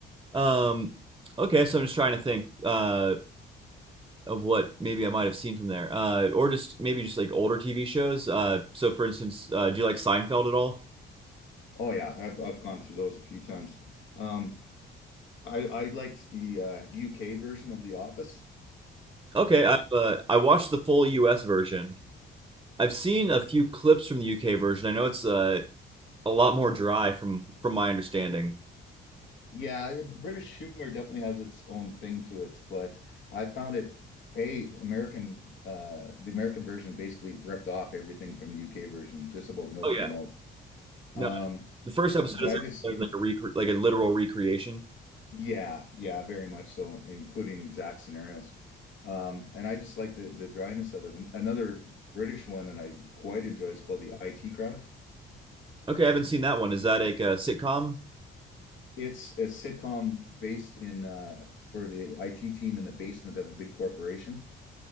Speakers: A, on the right; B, on the left.
A: Um, okay, so I'm just trying to think uh, of what maybe I might have seen from there, uh, or just maybe just like older TV shows. Uh, so, for instance, uh, do you like Seinfeld at all?
B: Oh yeah, I've I've gone through those a few times. Um, I I liked the uh, UK version of The Office.
A: Okay,
B: I
A: I've uh, I watched the full U.S. version. I've seen a few clips from the U.K. version. I know it's uh, a lot more dry from from my understanding.
B: Yeah, it- British humor definitely has its own thing to it, but I found it A, American uh the American version basically ripped off everything from the UK version, just about note
A: Oh
B: for
A: yeah,
B: note. Um,
A: no, the first episode
B: but
A: is
B: I just
A: like a recre- like a literal recreation.
B: yeah, yeah, very much so, including exact scenarios. Um, and I just like the the dryness of it. And another British one that I quite enjoy is called The IT Crowd.
A: Okay, I haven't seen that one. Is that like a sitcom?
B: It's a sitcom based in uh for the IT team in the basement of a big corporation.